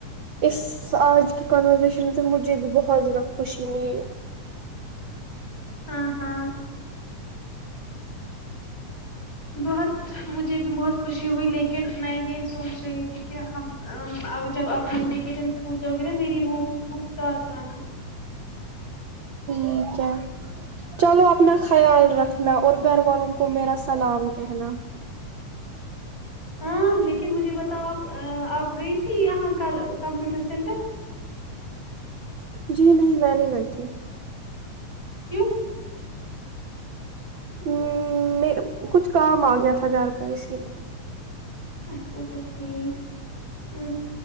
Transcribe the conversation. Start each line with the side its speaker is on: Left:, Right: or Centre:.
Right: اس آج کی کانورزیشن سے مجھے بھی بہت زیادہ خوشی ملی ہے
Left: ہاں ہاں بہت مجھے بھی بہت خوشی ہوئی لیکن میں یہ سوچ رہی تھی کہ ہم جب اپنے ویکیشن اسکول جاؤ گے نا میری وہ بک ساتھ لانا
Right: ٹھیک ہے چلو اپنا خیال رکھنا اور گھر والوں کو میرا سلام کہنا
Left: ہاں لیکن مجھے بتاؤ آپ آپ گئی تھی یہاں کل کمپیوٹر سینٹر
Right: جی نہیں میں نہیں گئی تھی
Left: کیوں
Right: ہ میں کچھ کام آ گیا تھا گھر پہ اسی لیے
Left: اچھا اچھا ٹھیک ا